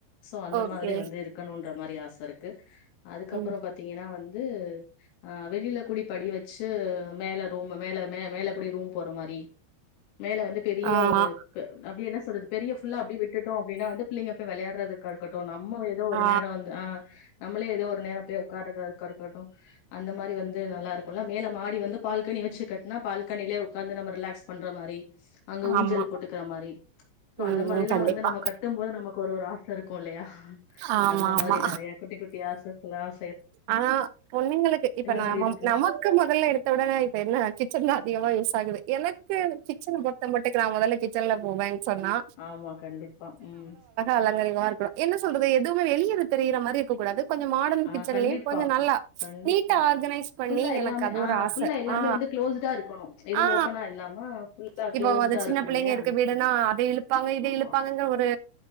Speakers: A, on the left; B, on the right.
A: சோ அந்த
B: ஓகே
A: மாறி வந்து இருக்கு க்கனுன்ற மாறி ஆச இருக்கு அதுக்கப்றோ
B: ம்
A: பாத்தீங்கன்னா வந்து ஆ வெளியில கூடி படி வச்சு மேல ரூம் மேல மே மேல கூடி ரூம் போற மாறி மேல வந்து பெரிய
B: ஆமா
A: ஒரு ப அப்டி என்ன சொல்றது வெளிய ஃபுல்லா அப்டியேவிட்டுடோ அப்டின்னா வந்து பிள்ளைங்க போய் விளையாடுறதுக்கா இருக்கட்டும் நம்ம ஏதோ ஒரு
B: ஆ
A: நேரோ வந்து ஆ நம்மளே ஏதோ ஒரு நேரோ போய் உக்காறதா இருக்கட்டும் அந்த மாரி வந்து நல்லா இருக்குல்ல மேல மாடி வந்து பால்கனி வச்சுக்கட்டுனா பால்கனிலயே உக்காந்து நம்ம ரிலாக்ஸ் பண்ற மாறி அங்க ஊஞ்சல்
B: ஆமா
A: போட்டுக்கிற மாறி சோ
B: ம்
A: அந்த மாறில்லாம்
B: கண்டிப்பா
A: வந்து நம்ம கட் ட்டும் போது நமக்கு ஒரு ஒரு ஆச இருக்கும் இல்லையா
B: ஆமா
A: அந்த மாறி
B: ஆமா
A: நெறைய குட்டி குட்டி ஆசை எல்லாம்
B: ஆனா பொண்ணுங்களுக்கு இப்ப நம
A: மாரி இருக்கு
B: நமக் க்கு மொதல்ல எடுத்த உடனே இது என்ன கிச்சன் தா அதிகமா யூஸ் ஆகுது எனக்கு கிச்சன பொருத்த மட்டைக்கும் நா மொதல்ல கிச்சன்ல போவேன் சொன்னா
A: ஆமா கண்டிப்பா ம்
B: அலங்கரிமா இருக்கனும் என்ன சொல்றது எதுவுமே வெளியில தெரியிற மாறி இருக்க கூடாது கொஞ்சோ மாடனா
A: ஆ
B: சரி
A: கண்டிப்பா
B: கொஞ்சோ நல்லா
A: கண்டிப்பா
B: நீட்டா ஆர்கனைஸ் பண்ணி
A: ஃபுல்லா எல்லாமே
B: எனக்கு அது
A: ஆ
B: ஒரு ஆச
A: ஃபுல்லா எல்லாமே
B: ஆ
A: வந்து க்ளோஸ்டா இருக்கணு எதுவு
B: ஆ
A: ஓப்பனா இல்லாம ஃபுல்லா
B: இப்ப
A: க்ளோஸ்டா
B: அத சின்ன
A: இருக்கு
B: பிள்ளைங்க
A: இல்லையா
B: இருக்க
A: அந்த
B: வீடுனா
A: மாரி
B: அத இழுப்பாங்க இத
A: ஆமா
B: இழுப் பாருங்க ஒரு